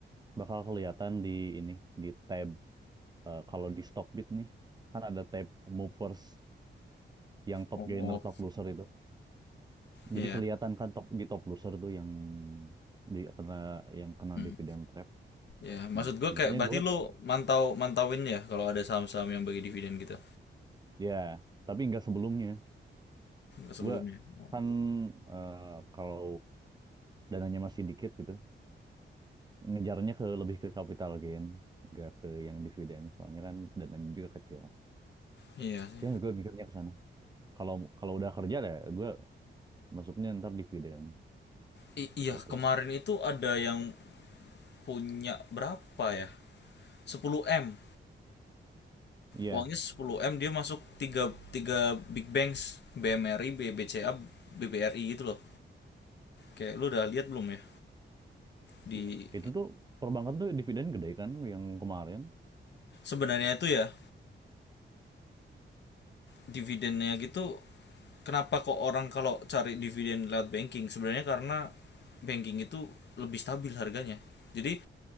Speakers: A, on the right; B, on the left.
A: bakal kelihatan di ini, di tab eh, kalau di Stockbit nih, kan ada tab movers yang top
B: Oh,
A: gainer, top loser itu.
B: iya.
A: Jadi kelihatan kan top di top loser tuh yang di kena yang kena
B: Hmm.
A: dividend trap.
B: Ya, maksud
A: Nah,
B: gue
A: biasanya
B: kayak berarti
A: gue
B: lo mantau mantauin ya kalau ada saham-saham yang bagi dividen gitu
A: ya, tapi nggak sebelumnya.
B: sebelumnya.
A: Gue
B: Oh,
A: kan eh, kalau dananya masih dikit gitu, ngejarnya ke lebih ke capital gain, nggak ke yang dividen. Soalnya kan dananya juga kecil.
B: Iya sih.
A: Ya, gue mikirnya ke sana. Kalau kalau udah kerja deh, gue masuknya ntar dividen
B: I- iya,
A: gitu.
B: kemarin itu ada yang punya berapa ya? Sepuluh m
A: Iya,
B: Uangnya sepuluh m dia masuk 3 tiga big banks, BMRI, BBCA, BBRI gitu loh. Kayak lu udah lihat belum ya di
A: iya. Itu tuh perbankan tuh dividen gede kan yang kemarin
B: sebenarnya itu ya dividennya gitu kenapa kok orang kalau cari dividen lewat banking sebenarnya karena banking itu lebih stabil harganya jadi